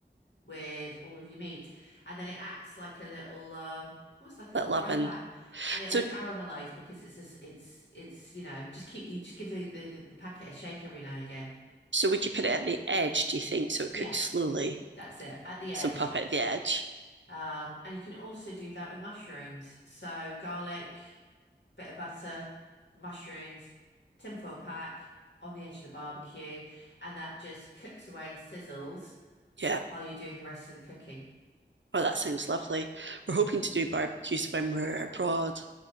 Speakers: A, on the left (about 70°); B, on the right (about 80°).
A: with all of your meat, and then it acts like a little, um, almost like a
B: That
A: little frying
B: loving.
A: pan, and it
B: So
A: will caramelize because it's just, it's it's you know just keep you just give the, the the packet a shake every now and again.
B: So would you put it at the edge, do you think, so it
A: Yeah,
B: cooks slowly?
A: that's it at the
B: So
A: edge.
B: pop it at the edge.
A: Um, and you can also do that with mushrooms. So garlic, bit of butter, mushrooms, tinfoil pack on the edge of the barbecue, and that just cooks away and sizzles
B: Yeah.
A: while you're doing the rest of the cooking.
B: Oh, that sounds lovely. We're hoping to do barbecues when we're abroad.